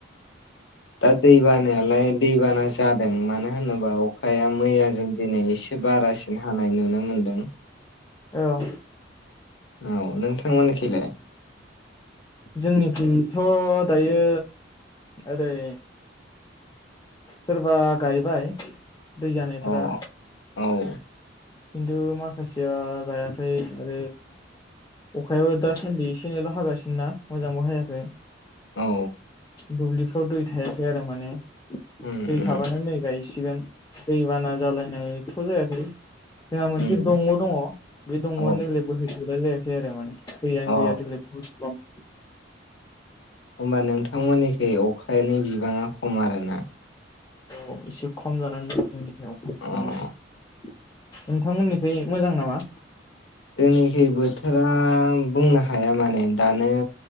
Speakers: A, on the left (about 70°); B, on the left (about 20°).
A: दा दै बानायालाय दै बाना जादों मानो होनोबा अखाया मैयाजों दिनै एसे बारासिन हानाय नुनो मोनदों
B: औ
A: औ नों <unintelligible>
B: जोंनिखिथ' दायो ओरै सोरबा गायबाय दै जानायफोरा
A: अ औ
B: खिन्थु माखासेया गायाखै आरो अखायाबो दासासान्दि एसे एनैल हागासिनोना मोजांबो हायाखै
A: औ
B: दुब्लिफ्राव दै थायाखै आरो माने
A: उम
B: दै
A: उम
B: थाबानो नै गायस गोन दैबाना जालायनायथ जायाखै। जाहा मोनसे
A: उम
B: दंग दङ बे दंगयानो
A: औ
B: नैलै बोहैयो। <unintelligible> खै आरो माने दैयानो
A: अ
B: गैया देग्लाय बहुत खम।
A: होमबा नोंथांमोनिखै अखानि बिबाङा खम आरोना?
B: औ एसे खम जानानै दं जों अखानि बिबांया।
A: अ
B: नोंथांमोनिखै मोजां नामा?
A: जोंनिखै बोथोरा बुंनो हाया माने दानो